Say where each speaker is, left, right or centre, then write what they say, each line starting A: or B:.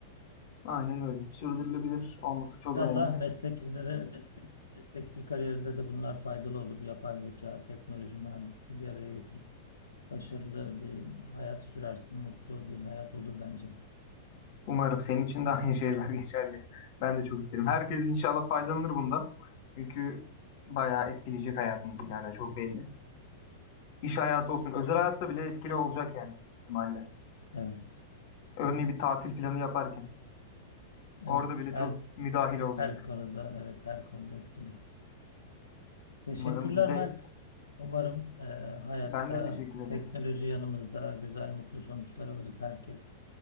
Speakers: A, on the left; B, on the left.
A: Aynen öyle. Sürdürülebilir olması
B: İnşallah
A: çok önemli.
B: meslekinde de meslek, mesleki kariyerinde de bunlar faydalı olur. Yapay zeka, teknoloji, mühendisliği bir araya getirip Başarılı bir hayat sürersin, mutlu bir hayat olur bence.
A: Umarım senin için de aynı şeyler <laughs> geçerli. Ben de çok isterim. Herkes inşallah faydalanır bundan. Çünkü bayağı etkileyecek hayatımız ileride çok belli. İş hayatı olsun, özel hayatta bile etkili olacak yani büyük ihtimalle.
B: Evet,
A: Örneğin
B: evet,
A: bir tatil planı yaparken
B: evet.
A: orada bile
B: Her
A: çok müdahil olacak.
B: her konuda, evet her konuda etkili. Teşekkürler
A: Umarım biz de
B: Mert. Umarım e, hayatta
A: ben de teşekkür ederim.
B: teknoloji yanımızda güzel, mutlu sonuçlar alırız. Herkes